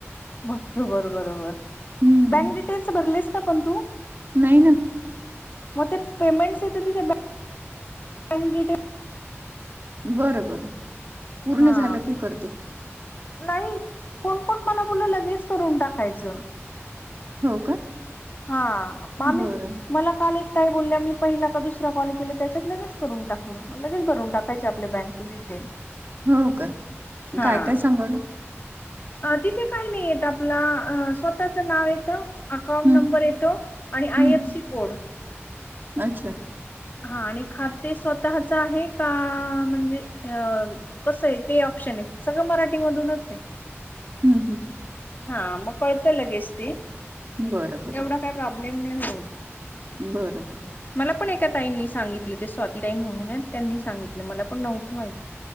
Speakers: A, on the left; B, on the right.
A: बरोबर, बरोबर
B: हम्म
A: बँक डिटेल्स भरलेस का पण तू?
B: नाही ना.
A: म ते पेमेंटच्या इथ तिथे बँक डिटेल्स
B: बर - बरं. पूर्ण
A: हा.
B: झालं की करते
A: नाही, कोण-कोण मला बोललं लगेच करून टाकायचं.
B: हो का.
A: हा. मामी
B: बरं
A: मला काल एक. काय बोलल्या मी पहिला का दुसरा कॉल केला त्याच्यात लगेच करून टाकलं. मग लगेच भरून टाकायचे आपल्या बँकचं डिटेल
B: हो का,
A: हा
B: काय काय सांगवलं.
A: तिथे काय नाही येत आपला स्वतःच नाव येतं. अकॉउंट
B: हम्म
A: नंबर येतो आणि आय
B: हम्म
A: एफ सी कोड.
B: अच्छा.
A: हा आणि खाते स्वतःच आहे का? म्हणजे कसं हे ते ऑप्शन आहे सगळं मराठी मधूनच हे.
B: हम् हम.
A: हा, मग कळतं लगेच ते
B: बर.
A: एवढा काय प्रॉब्लेम नाही होत.
B: बर - बरं.
A: मला पण एका ताईंनी सांगितलं ते स्वाती ताई म्हणून हे त्यांनी सांगितलं मला पण नव्हतं माहित.